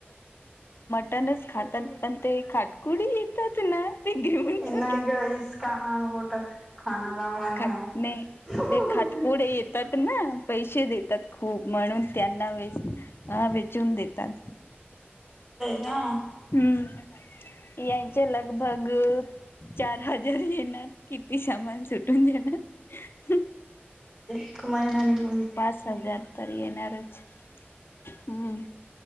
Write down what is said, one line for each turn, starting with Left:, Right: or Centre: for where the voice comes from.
Left: टणच खातात पण, ते खाटकुडी येतात ना, ते घेऊन जातात.
Right: नाही ग <unintelligible>
Left: खात नाही ते खाटकुडे येतात ना पैसे देतात खूप म्हणून त्यांना वेच, वेचून देतात.
Right: <unintelligible>
Left: हम्म यांचे लग. बग. चार हजार येणार, किती सामान सुटून जाणार.
Right: केव्हा येणार आहे मी?
Left: पाच हजार तरी येणारच. हम्म.